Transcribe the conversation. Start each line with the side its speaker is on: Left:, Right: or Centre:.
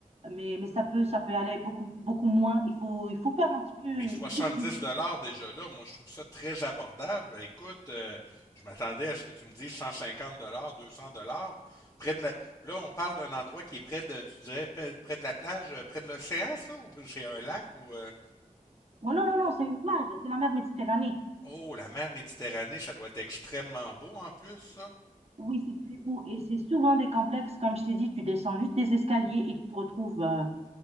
Right: Mais, mais ça peut, ça peut aller beaucoup, beaucoup moins. Il faut, il faut faire un petit peu une
Left: mais 70
Right: petite liste.
Left: dollars déjà là, moi je trouve ça très abordable. Ben, Écoute, euh, je m'attendais à ce que tu me dises 150 dollars, 200 dollars. Près de la... Là, on parle d'un endroit qui est près de, tu dirais, près près de la plage, euh, près de l'océan, ça, ou c'est un lac ou... euh,
Right: Ouais, non, non, non, c'est une plage, c'est la mer Méditerranée.
Left: Oh, la mer Méditerranée, ça doit être extrêmement beau en plus, ça.
Right: Oui, c'est très beau. Et c'est souvent des complexes, comme je t'ai dit, tu descends juste des escaliers et tu te retrouves euh,